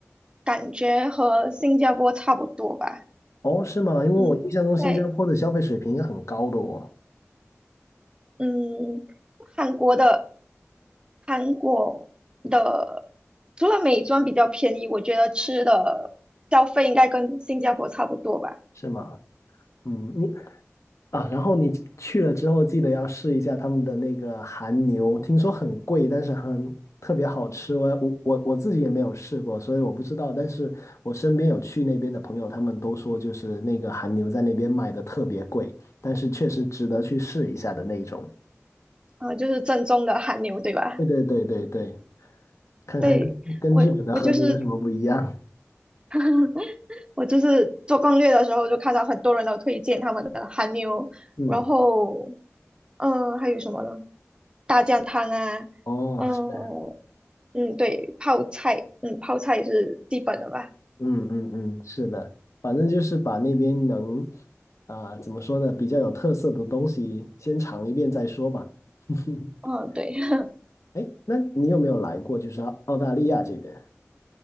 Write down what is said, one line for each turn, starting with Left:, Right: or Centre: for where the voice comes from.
Right: 感觉和新加坡差不多吧。
Left: 哦，是吗？因为我印象中新加坡的消费水平也很高的哦，
Right: 嗯，对。嗯，韩国的韩国的除了美妆比较便宜，我觉得吃的消费应该跟新加坡差不多吧。
Left: 是吗？嗯，你啊，然后你去了之后，记得要试一下他们的那个韩牛，听说很贵，但是很特别好吃。我我我我自己也没有试过，所以我不知道。但是我身边有去那边的朋友，他们都说就是那个韩牛在那边卖的特别贵，但是确实值得去试一下的那种。
Right: 嗯、就是正宗的韩牛，对吧？
Left: 对对对对对，看看跟跟日本的和牛有什么不一样。
Right: 对，我我就是 <laughs> 我就是做攻略的时候就看到很多人都推荐他们的韩牛，
Left: 嗯，
Right: 然后嗯、呃还有什么呢？大酱汤啊，
Left: 哦，
Right: 嗯、
Left: 是。
Right: 嗯，对，泡菜，嗯，泡菜是基本的吧。
Left: 嗯嗯嗯，是的，反正就是把那边能啊、怎么说呢，比较有特色的东西先尝一遍再说吧。<laughs>
Right: 嗯，对，<laughs>
Left: 哎，那你有没有来过就是澳澳大利亚这边？